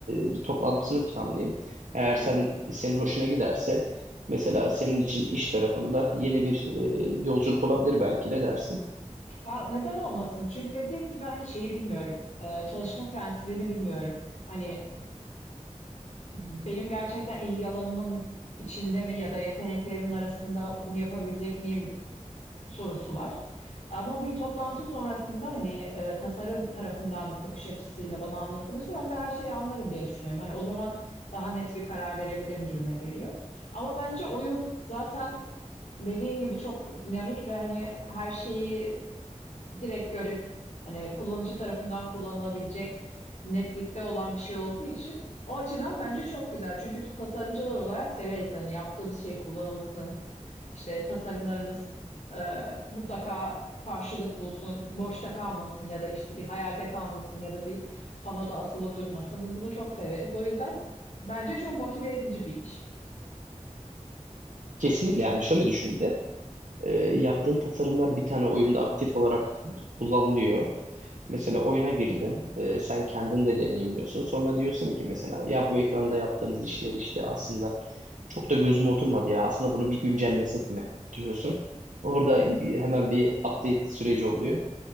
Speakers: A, on the right (about 85°); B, on the left (about 70°).
A: e, bir toplantısını planlayayım. Eğer
B: Hı
A: sen
B: hı.
A: senin hoşuna giderse mesela senin için iş tarafında yeni bir e, yolculuk olabilir belki ne dersin?
B: Aa, neden olmasın? Çünkü dediğim gibi hani şeyi bilmiyorum. Ee, çalışma prensibini bilmiyorum. Hani benim gerçekten ilgi alanımın içinde mi ya da yeteneklerimin arasında bunu yapabilecek miyim sorusu var. Ama bir toplantı sonrasında hani e, tasarım tarafından bakış açısıyla bana anlatılırsa ben de her şeyi anlarım diye düşünüyorum. Hani o zaman daha net bir karar verebilirim gibime geliyor. Ama bence oyun zaten dediğin gibi çok dinamik ve hani her şeyi direkt görüp hani kullanıcı tarafından kullanılabilecek netlikte olan bir şey olduğu için o açıdan bence çok güzel. Çünkü biz tasarımcılar olarak severiz hani yaptığımız şey kullanılsın. İşte tasarımlarımız e, mutlaka karşılık bulsun, boşta kalmasın ya da işte bir hayalde kalmasın ya da bir panoda asılı durmasın. Biz bunu çok severiz. O yüzden Bence çok motive edici bir iş.
A: Kesinlikle yani şöyle düşün bir de. E, yaptığın tasarımlar bir tane oyunda aktif olarak kullanılıyor. Mesela oyuna girdin, e, sen kendin de deneyimliyorsun. Sonra diyorsun ki mesela ya bu ekranda yaptığımız işler işte aslında çok da gözüme oturmadı ya. Aslında bunu bir güncellesek mi diyorsun. Orada hemen bir update süreci oluyor.